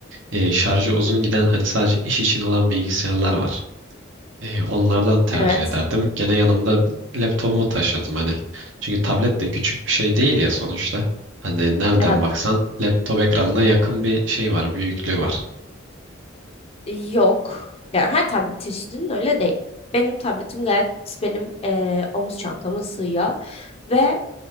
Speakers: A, on the right; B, on the left.
A: e, şarjı uzun giden hani sadece iş için olan bilgisayarlar var. E, onlardan tercih
B: Evet.
A: ederdim. Gene yanımda laptopumu taşırdım hani. Çünkü tablet de küçük bir şey değil ya sonuçta. Hani nereden
B: Ya,
A: baksan laptop ekranına yakın bir şey var, büyüklüğü var.
B: yok. Yani her tablet çeşidinin öyle değil. Benim tabletim gayet benim eee, omuz çantama sığıyor. Ve